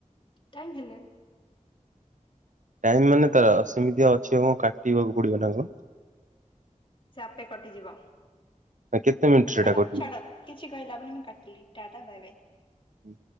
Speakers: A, on the left (about 40°); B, on the right (about 75°).
A: ଟାଇମ୍ ହେଲେ।
B: ଟାଇମ୍ ମାନେ ତାର ସେମିତି ଅଛିି ଆମକୁ କାଟିବାକୁ ପଡ଼ିବ ନା କଣ।
A: ସେ ଆପେ କଟିଯିବ
B: ନା କେତେ ମିନିଟ ସେଇଟା
A: ଛାଡ଼
B: କଟିବ?
A: ଛାଡ଼। କିଛି କହିଲେ ହବନି ମୁଁ କାଟିଲି ଟାଟା ବାଏ ବାଇ।
B: ହୁଁ।